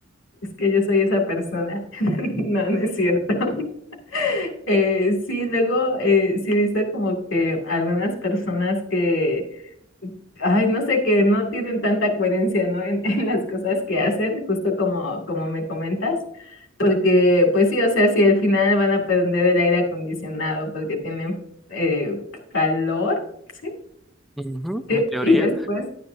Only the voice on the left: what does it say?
Es que yo soy esa persona. <laughs> No, no es cierto. <laughs> Eh, sí, luego eh, sí he como que algunas personas que, ay, no sé, que no tienen tanta coherencia, ¿no? En, <laughs> en las cosas que hacen, justo como, como me comentas. Porque, pues sí, o sea, si al final van a prender el aire acondicionado porque tienen eh, calor, ¿sí?
Sí.
Y después